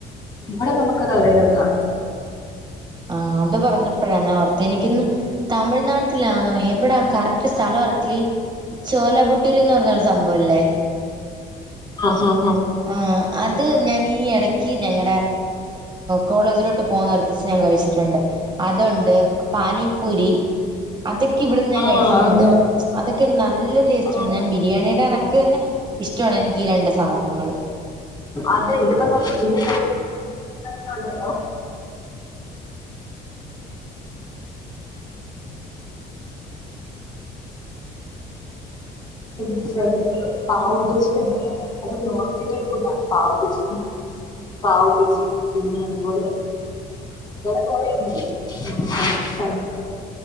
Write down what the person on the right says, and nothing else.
ആഹ അത് പറഞ്ഞപ്പോഴാ ഞാൻ ഓർത്തെ എനിക്കിന്ന് തമിഴ്നാട്ടിലാന്നോ എവിടാ കറക്റ്റ് സ്ഥലം ല്ല ചോലപുട്ടൂരിന്ന് പറഞ്ഞൊരു സംഭവംല്ലേ.
ആ അത് ഞനീ ഈ ഇടക്ക് ഞങ്ങളടെ കോളേജിലോട്ട് പോകുന്നിട്ടത് വെച്ച് ഞാൻ കഴിച്ചിട്ടുണ്ട് അതുണ്ട്, പാനിപ്പുരി അതൊക്കെ ഇവിടുന്ന് ഞാൻ
കഴിച്ചിട്ടുണ്ട്
അതൊക്കെ നല്ല ടേസ്റ്റ് ആണ്
ഞാൻ ബിരിയാണിയുടെ ക്കന്നെ ഇഷ്ടമാണ് എനിക്ക് രണ്ട് സാധനങ്ങൾ.